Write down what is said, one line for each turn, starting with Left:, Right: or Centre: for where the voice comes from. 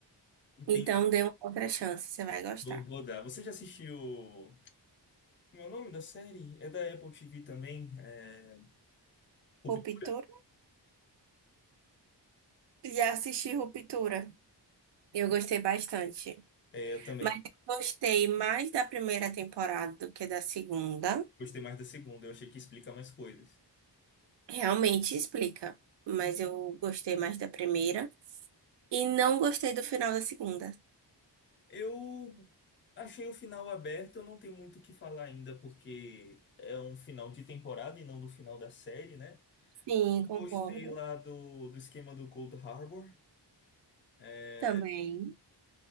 Left: Entendi.
Right: Então, dê uma outra chance, você vai gostar.
Left: Vou, vou dar. Você já assistiu. Como é o nome da série? É da Apple TV também. É... Ruptura?
Right: Ruptura? Já assisti Ruptura. Eu gostei bastante.
Left: É, eu também.
Right: Mas eu gostei mais da primeira temporada do que da segunda.
Left: Gostei mais da segunda. Eu achei que ia explicar mais coisas.
Right: Realmente explica, mas eu gostei mais da primeira e não gostei do final da segunda.
Left: Eu achei o final aberto. Eu não tenho muito o que falar ainda, porque é um final de temporada e não do final da série, né?
Right: Sim, concordo.
Left: Eu gostei lá do, do esquema do Cold Harbor. É,
Right: Também.